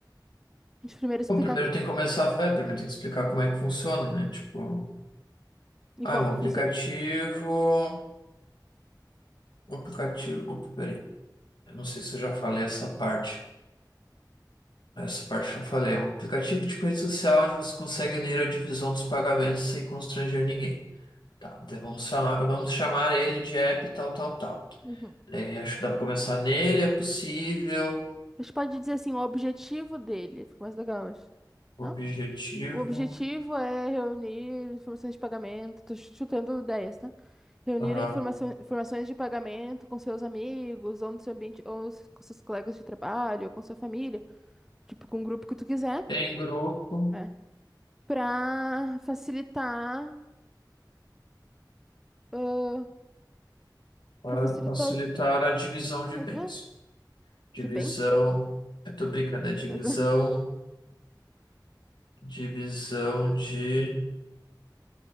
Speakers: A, in the centre; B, on the left (about 75°).
A: Deixa eu primeiro explicar
B: Bom, primeiro tem que começar, é, primeiro tem que explicar como é que funciona, né? Tipo,
A: e
B: ah,
A: como
B: um
A: que
B: aplicativo,
A: funciona.
B: um aplicativo, opa, peraí, eu não sei se eu já falei essa parte, essa parte eu já falei, é um aplicativo tipo rede social onde você consegue ler a divisão dos pagamentos sem constranger ninguém. Tá, então vamos chamar, vamos chamar ele de app tal, tal, tal.
A: Uhum.
B: Daí acho que dá pra começar nele, é possível,
A: A gente pode dizer assim, o objetivo dele, fica mais legal, eu acho. Não?
B: objetivo,
A: O objetivo é reunir informações de pagamento, tô chu- chutando ideias, tá? Reunir
B: aham,
A: a informação, informações de pagamento com seus amigos, ou no seu ambiente, ou s- com seus colegas de trabalho, ou com sua família, tipo, com o grupo que tu quiser,
B: tem grupo.
A: é, para facilitar, ãh,
B: Para
A: pra facilitar,
B: facilitar a divisão de
A: ah,
B: bens.
A: é,
B: Divisão.
A: de bens,
B: Eu tô brincando, é divisão.
A: mas, <laughs>
B: Divisão de.